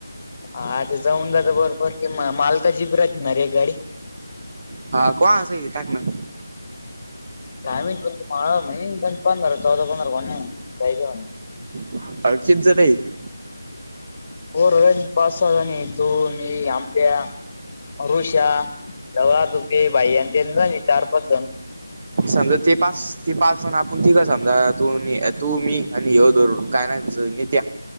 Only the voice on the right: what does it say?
हा <unintelligible> टाक ना
<unintelligible>
समजा ते पाच ते पाच जण तिघं समजा तू अन् मी तू मी आणि यो धरून काय नाव आहे त्याचं नित्या